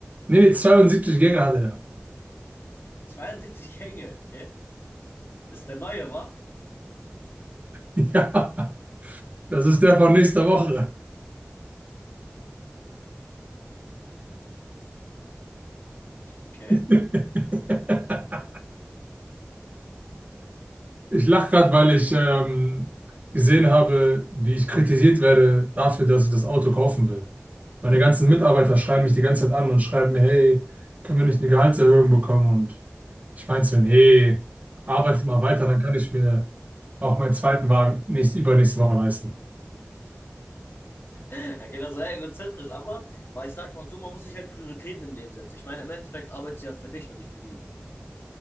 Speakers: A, on the right; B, on the left.
A: Nee, nee, 72 Gänge hat er.
B: 72 Gänge, okay? Das ist der neue, wa?
A: <laughs> Ja, das ist der von nächster Woche.
B: Okay.
A: <laughs> Ich lache gerade, weil ich ähm, gesehen habe, wie ich kritisiert werde dafür, dass ich das Auto kaufen will. Meine ganzen Mitarbeiter schreiben mich die ganze Zeit an und schreiben mir, hey, können wir nicht eine Gehaltserhöhung bekommen? Und ich meinte so, nee, arbeitet mal weiter, dann kann ich mir auch meinen zweiten Wagen nächst, übernächste Woche leisten.
B: <laughs> Er geht also sehr egozentrisch, aber weil ich sag mal so, man muss sich halt Prioritäten im Leben setzen. Ich meine, im Endeffekt arbeitest du ja für dich und nicht für die.